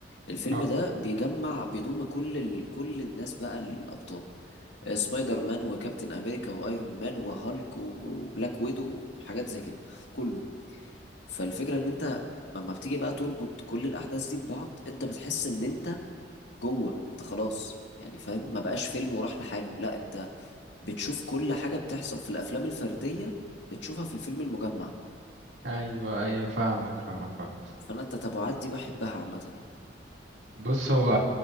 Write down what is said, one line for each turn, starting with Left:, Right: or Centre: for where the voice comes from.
Left: الفيلم
Right: اه
Left: ده بيجمع بيضم كل ال... كل الناس بقى الابطال آه، سبايدر مان وكابتن امريكا وايرون مان وهالك و- وبلاك ويدو وحاجات زي كده كله فالفكرة ان انت لما بتيجي بقى تربط كل الاحداث دي ببعض انت بتحس ان انت جوه انت خلاص يعني فاهم ما بقاش فيلم وراح لحاله لا انت بتشوف كل حاجة بتحصل في الافلام الفردية بتشوفها في الفيلم المجمع
Right: ايوه ايوه فاهمك فاهمك فاهمك
Left: فانا التتابعات دي بحبها عامة يعني
Right: بص هو